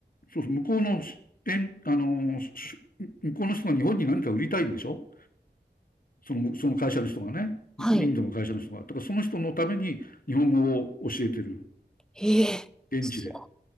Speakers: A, on the left (about 50°); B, in the centre.
A: そうそう、向こうの、えん、あの、向こうの人が日本に何か売りたいんでしょその、その会社の人がね、
B: はい。
A: インドの会社の人が、だからその人のために日本語を教えてる、
B: ええ、
A: 現地で。
B: す